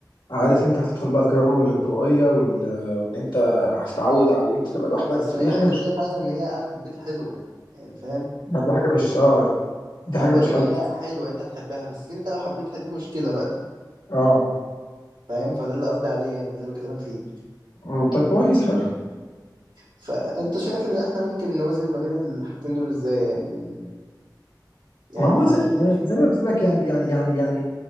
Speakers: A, on the left; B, on the right.
A: عارف انت هتدخل بقى في جو الانطوائيه وال... وان انت هتتعود على ان انت تبقى لوحدك
B: اصل
A: فدي
B: هي
A: حاجه
B: المشكله
A: مش
B: فعلا ان هي قعده البيت حلوه يعني فاهم
A: دي حاجه مش اه دي حاجه
B: انا بقول
A: مش
B: لك
A: حلوه
B: ان هي حلوه انت تحبها بس انت لو حبيتها دي مشكله بقى
A: اه
B: فاهم فده اللي قصدي عليه يعني ده اللي بكلمك فيه
A: أمم، طب كويس حلو
B: فانت شايف ان احنا ممكن نوازن ما بين الحاجتين دول ازاي يعني يعني
A: ما هو زي ما زي ما قلت لك يعني يعني يعني يعني